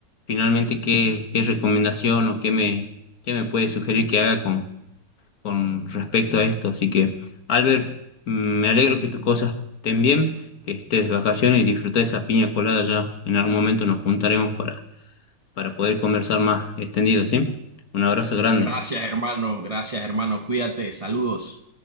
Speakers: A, on the left (about 55°); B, on the right (about 20°).
A: finalmente qué, qué recomendación o qué me, qué me puede sugerir que haga con respecto a esto. Así que, Albert, mm, me alegro que tus cosas estén bien, que estés de vacaciones y disfruta esa piña colada ya. En algún momento nos juntaremos para, para poder conversar más extendido, ¿sí? Un abrazo grande.
B: Gracias, hermano, gracias, hermano, cuídate, saludos.